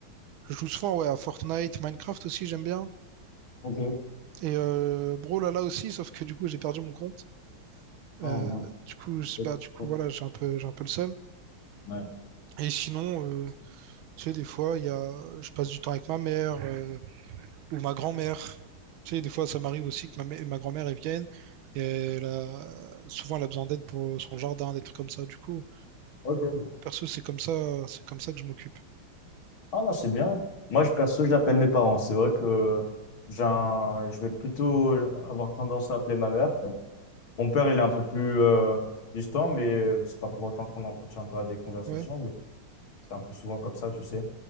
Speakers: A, on the right; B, on the left.
A: Je joue souvent ouais, à Fortnite, Minecraft aussi, j'aime bien.
B: Ok.
A: Et euh, Brawl là aussi, sauf que du coup, j'ai perdu mon compte.
B: Ah,
A: Euh,
B: non.
A: du coup, je-
B: ok,
A: bah, du coup,
B: ok,
A: voilà, j'ai un peu, j'ai un peu le seum.
B: ouais.
A: Et sinon, euh, tu sais, des fois, il y a, je passe du temps avec ma mère. euh, ou ma grand-mère. Tu sais, des fois, ça m'arrive aussi que ma, mè- ma grand-mère, elle vienne et elle a- souvent, elle a besoin d'aide pour son jardin, des trucs comme ça. Du coup,
B: Ok.
A: perso, c'est comme ça, c'est comme ça que je m'occupe.
B: Ah non, c'est bien. Moi, je perso, j'appelle mes parents. C'est vrai que j'ai un- je vais plutôt avoir tendance à appeler ma mère. Mon père, il est un peu plus euh, distant, mais c'est pas pour autant qu'on n'entretient pas des conversations.
A: Ouais,
B: C'est un peu souvent comme ça, tu sais.